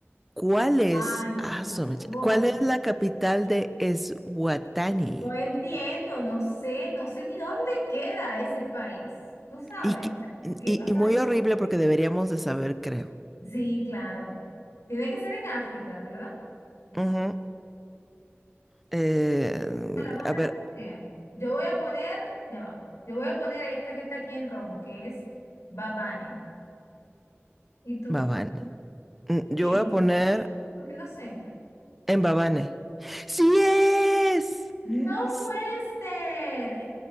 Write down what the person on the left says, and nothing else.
Ay,
por favor.
No entiendo, no sé, no sé ni dónde queda ese país. Tú sabes,
¿qué vas
a
ver yo?
Sí, claro. Tiene que ser en África, ¿verdad? Es-
a la más
remota
que sea. Yo voy a poner, ya va, yo voy a poner esta que está aquí en rojo, que es Bad Bunny. ¿Y tú?
Sí,
porque no sé.
No
puede ser